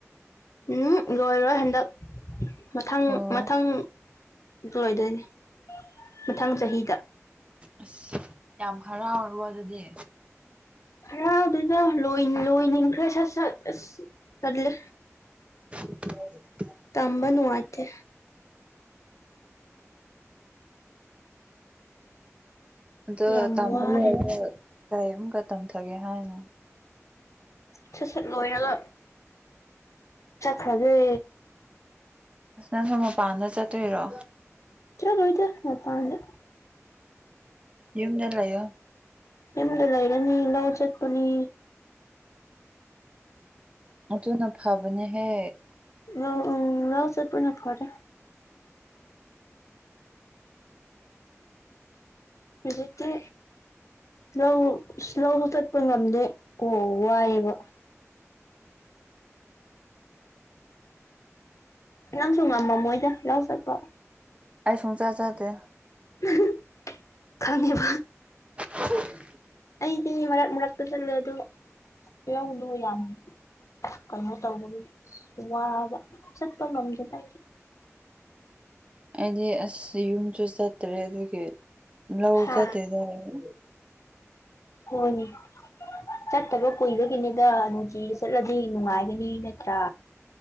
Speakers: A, on the left; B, on the right.
A: ꯎꯝ ꯂꯣꯏꯔꯣꯏ ꯍꯟꯗꯛ ꯃꯊꯪ
B: ꯑꯣ
A: ꯃꯊꯪ ꯂꯣꯏꯗꯣꯏꯅꯦ ꯃꯊꯪ ꯆꯍꯤꯗ
B: ꯑꯁ ꯌꯥꯝ ꯍꯔꯥꯎꯔꯣ ꯑꯗꯨꯗꯤ
A: ꯍꯔꯥꯎꯗꯨꯅ ꯂꯣꯏ-ꯂꫭꯏꯅꯤꯡꯈ꯭ꯔꯦ ꯁꯠ ꯁꯠ‌ ꯑꯁ ꯇꯜꯂꯦ
B: <inaudible>
A: ꯇꯝꯕ ꯅꯨꯉꯥꯏꯇꯦ
B: ꯑꯗꫭ
A: ꯌꯥꯝ
B: ꯇꯥꯃ
A: ꯋꯥꯔꯦꯕ
B: <unintelligible> ꯀꯔꯤꯃꯨꯀ ꯇꯝꯊꯒꯦ ꯍꯥꯏꯅꫭ
A: ꯁꯠ ꯁꯠ ꯂꯣꯏꯔꯒ ꯆꯠꯈ꯭ꯔꯒꯦ
B: ꯑꯁ ꯅꯪꯁꯨ ꯃꯄꯥꯟꯗ ꯆꯠꯇꯣꯏꯔꯣ
A: ꯆꯠꯂꫭꯏꯗ ꯃꯄꯥꯟꯗ
B: ꯌꯨꯝꯗ ꯂꯩꯌꫭ
A: ꯌꯨꯝꯗ ꯂꯩꯔꯅꯤ ꯂꯧ ꯆꯠꯄꯅꯤ
B: ꯑꯗꯨꯅ ꯐꯕꯅꯦ ꯍꯦ
A: ꯎꯝ ꯎꯝ ꯔꯧ ꯆꯠꯄꯅ ꯐꯔꯦ ꯍꯨꯖꯤꯛꯇꯤ ꯂꯧ ꯁ-ꯂꯧꯖꯨ ꯆꯠꯄ ꯉꯝꯗꯦ ꯑꯣ ꯋꯥꯏꯌꯦꯕ ꯅꯪꯁꯨ ꯉꯝꯃꯝꯃꯣꯏꯗ ꯌꯥꯎ ꯆꯠꯄ
B: ꯑꯩ ꯁꯨꯡꯆ ꯆꯥꯗꯦ
A: <unintelligible> ꯈꯪꯉꯦꯕ
B: <unintelligible>
A: ꯑꯩꯗꯤ ꯃꯔꯛ ꯃꯔꯛꯇ ꯆꯠꯂꯦ ꯑꯗꫭ ꯌꯧꯗꫭ ꯌꯥꯝ ꯀꯩꯅꯣ ꯇꯧꯕꯒꯤ ꯋꯥꯕ ꯆꯠꯄ ꯉꯝꯗꯦꯗ
B: ꯑꯩꯗꯤ ꯑꯁ ꯌꯨꯝꯁꯨ ꯆꯠꯇ꯭ꯔꯦ ꯑꯗꯨꯒꯤ ꯂꯧ
A: ꯍꯥꯥ
B: ꯆꯠꯇꯦꯗ ꯑꯩ
A: ꯍꯣꯏꯅꯦ ꯆꯠꯇꯕ ꯀꯨꯏꯕꯒꯤꯅꯤꯗ ꯅꯨꯡꯇꯤꯒꯤ ꯆꯠꯂꯗꯤ ꯅꯨꯡꯉꯥꯏꯒꯅꯤ ꯅꯠꯇ꯭ꯔꯥ